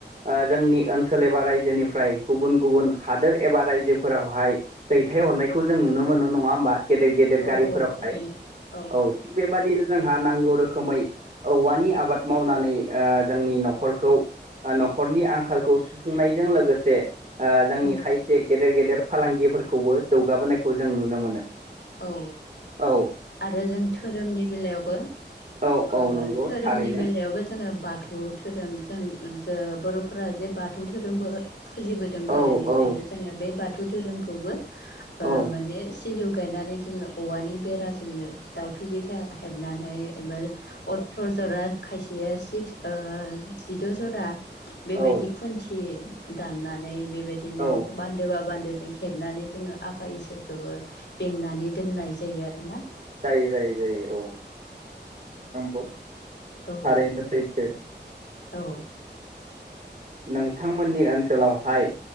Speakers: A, on the right (about 40°); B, on the left (about 75°).
A: ओ जोंनि ओनसोल एबा रायजोनिफ्राय गुबुन गुबुन हादोर एबा रायजोफोरावहाय दैथायहरनायखौ जों नुनो मोनो नङा होमबा गेदेर गेदेर
B: औ
A: गारिफोरावहाय
B: थारैनो
A: औ थिग बेबादि जोंहा नांगौ रोखोमै औवानि आबाद मावनानै ओ जोंनि न'खरखौ ओ न'खरनि आंखालखौ सुफुंनायजों लोगोसे ओ जोंनि
B: औ
A: खायसे गेदेर गेदेर फालांगिफोरखौबो जौगाबोनायखौ जों नुनो मोनो
B: औ
A: औ
B: आरो जों धोरोमनि बेलायावबो
A: औ
B: ओ
A: औ नंगौ
B: धोरोमनि
A: थारैनो
B: बेलायावबो जोङो बाथौ धोरोम जों ज बर'फोरा जे बाथौ धोरोमबो फुजिबोदों गोदोनिफ्रायनो
A: औ औ
B: जोङो बे बाथौ धोरोमखौबो
A: औ
B: ओ माने सिजौ गायनानै जोङो औवानि बेराजोंनो दाउथु बिखा हेबनानै एबा अ <unintelligible> जरा खायसेया सिक्स ओ जिद' जरा बेबायदि
A: औ
B: खुन्थि दाननानै बेबायदिनो
A: औ
B: बान्दोबा बान्दोजों हेबनानै जोङो आफा इसोरखौबो बेंनानै दोननाय जायो आरोना
A: जाय जायो जायो औ नंगौ
B: औ
A: थारैनो सैथो
B: औ
A: नोंथांमोननि ओनसोलावहाय